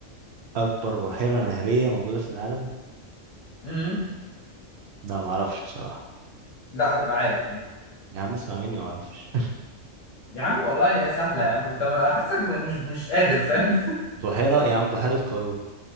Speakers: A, on the right; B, on the left.
A: أكبر بحيرة نهرية موجودة في العالم؟
B: امم
A: لا معرفش بصراحة
B: لا هتبقى عارف
A: يا عم اسمع مني معرفش
B: يا عم والله يا سهلة يا عم انت ما- حاسك م- مش مش قادر فاهم
A: بحيرة يا عم بحيرة قارون